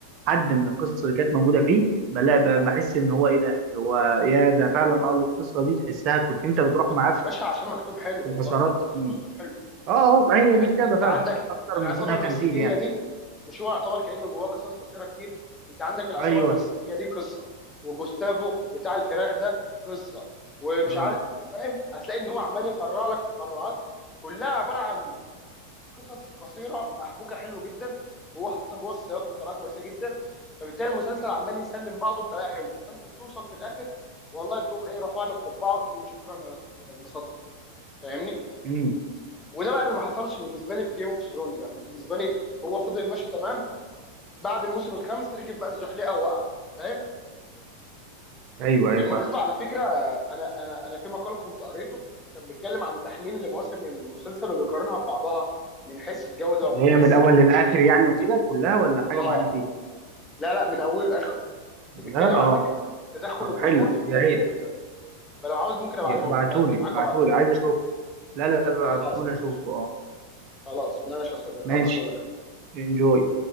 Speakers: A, on the right (about 40°); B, on the left (about 15°).
A: حد من القصص اللي كانت موجوده فيه بلا ب- بحس ان هو ايه ده اللي هو يا ده فعلا اه القصه دي تحسها كنت انت بتروح معاه
B: يا
A: في
B: باشا عشان مكتوب حلو
A: في مسارات
B: والله
A: كتير
B: عشان مكتوب حلو
A: اه اه ما هي
B: يعني
A: دي كتابه
B: انت
A: فعلا
B: عندك
A: اكتر
B: العصابه
A: من كونها
B: المكسيكيه
A: تمثيل يعني
B: دي مش هو يعتبر كانه جواه قصص قصيره كتير انت عندك العصابه
A: ايوه
B: المكسيكيه دي قصه وجوستافو بتاع الفراخ ده قصه ومش
A: اه
B: عارف فاهم هتلاقي ان هو عمال يفرع لك تفرعات كلها عباره عن قصص قصيره محبوكه حلو جدا وهو حاططها جوه السياق بطريقه كويسه جدا فبالتالي المسلسل عمال يسلم بعضه بطريقه حلوه فانت بتوصل في الاخر والله بتقوم ايه رافع له القبعه وتقول له شكرا انا اتبسطت فاهمني
A: امم
B: وده بقى اللي ما حصلش بالنسبه لي في جيم اوف ثرونز يعني بالنسبه لي هو فضل ماشي تمام بعد الموسم الخامس ركب بقى الزحليقه ووقع فاهم
A: ايوه
B: بالمناسبه
A: ايوه فعلا
B: على فكره انا انا انا في مقال كنت قريته كان بيتكلم عن تحليل لمواسم المسلسل وبيقارنها ببعضها من حيث الجوده
A: اللي
B: ومن
A: هي
B: حيث
A: من الاول للاخر
B: فكره
A: يعني وكده كلها ولا حاجه
B: اه
A: معينه فيه
B: لا لا من اوله لاخره
A: لا
B: وبيتكلم
A: اه
B: عن فكره تدخل
A: طب
B: الجمهور
A: حلو
B: في كتابته
A: يا ريت
B: وكده فلو عاوز ممكن ابعته
A: يا- ابعتولي
B: لك اقفل معاك
A: ابعتولي
B: وابعته لك
A: عايز اشوف لا لا ابعتولي
B: خلاص ماشي
A: اشوفه اه
B: خلاص ماشي يا صديقي
A: ماشي
B: هبعته لك اهو
A: انجوي